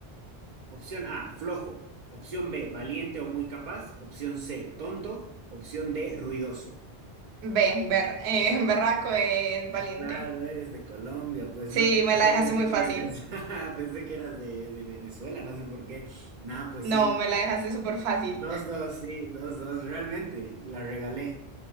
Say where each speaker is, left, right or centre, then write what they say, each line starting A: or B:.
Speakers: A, on the right (about 55°); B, on the right (about 85°).
A: Opción A, flojo. Opción B, valiente o muy capaz. Opción C, tonto. Opción D, ruidoso.
B: ve, ber- eh, <laughs> berraco es valiente.
A: Ah, claro, eres de Colombia, pues
B: Sí,
A: no sé por
B: me la
A: qué
B: dejaste
A: pensé
B: muy
A: que
B: fácil.
A: eras, <laughs> pensé que eras de, de Venezuela, no sé por qué. Nada, pues
B: No,
A: sí,
B: me la dejaste súper fácil.
A: dos, dos, sí, dos, dos, realmente, la regalé.